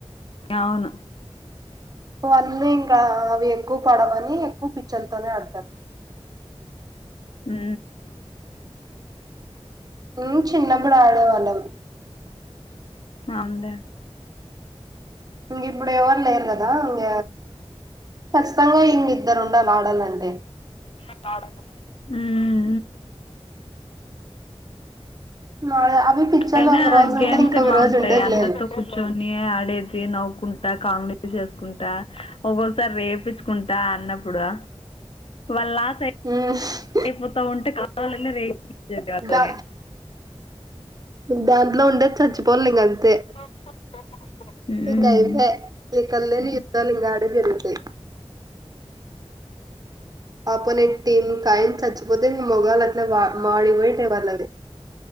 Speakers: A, on the left; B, on the right.
A: అవును
B: వాళ్ళ ఇంకా అవి ఎక్కువ పడవని ఎక్కువ పిచ్చలతోనే ఆడుతారు
A: మ్
B: మేము చిన్నప్పుడు ఆడేవాళ్ళం
A: అవున్లే
B: ఇంగ ఇప్పుడు ఎవరు లేరు కదా ఇంగ ఖచ్చితంగా ఇంగ ఇద్దరు ఉండాలే ఆడాలంటే
A: నిను ఆడాను మ్
B: మా అవి పిచ్చలు
A: అయినా
B: ఒక రోజు
A: గేమ్సే
B: ఉంటే ఇంకొక
A: బాగుంటాయి
B: రోజు ఉండేదిలేదు
A: అందరితో కూర్చొని ఆడేది నవ్వుకుంటా కామెడీ చేసుకుంటా ఒక్కొక్కసారి రేపిచ్ కుంట అన్నప్పుడు వాళ్ళు లాస్ అయి
B: హ్
A: అయిపోతా ఉంటే కావాలని <unintelligible> అట్లానే
B: దా దాంట్లో ఉండేది చచ్చిపోవాలి ఇంగా అంతే
A: <unintelligible> మ్మ్
B: ఇంకా అయిపోయే ఎక్కడలేని యుద్ధాలు ఇంగ ఆడే జరుగుతాయి అపోనేంట్ టీం కాయిన్ సచ్చిపోతే మోగాలు అట్లా మాడికి పోయి <unintelligible>